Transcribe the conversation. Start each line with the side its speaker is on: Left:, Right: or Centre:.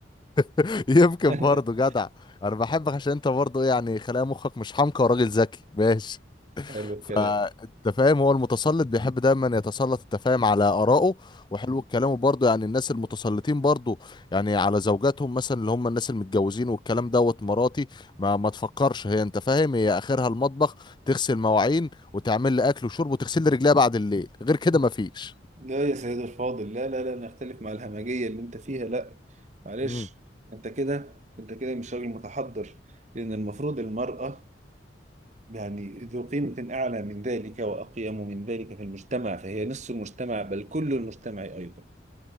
Left: <laughs> يمكن
Right: <laughs>
Left: برضه جدع انا بحبك عشان انت برضه إيه، يعني خلايا مخك مش حمقى وراجل ذكي ماشي
Right: حلو الكلام
Left: فانت فاهم هو المتسلط بيحب دايما يتسلط انت فاهم على آرائه وحلو الكلام برضه يعني الناس المتسلطين برضه يعني على زوجاتهم مثلا اللي هم الناس المتجوزين والكلام دوت مراتي ما ما تفكرش هي انت فاهم هي اخرها المطبخ تغسل مواعين وتعمل لي اكل وشرب وتغسل لي رجليها بعد الليل غير كده ما فيش
Right: لا يا سيد الفاضل لا لا لا نختلف مع الهمجية اللي أنت فيها لأ معلش
Left: امم
Right: أنت كده أنت كده مش راجل متحضر لأن المفروض المرأة يعني ذو قيمة أعلى من ذلك وأقيم من ذلك في المجتمع فهي نصف المجتمع بل كل المجتمع أيضا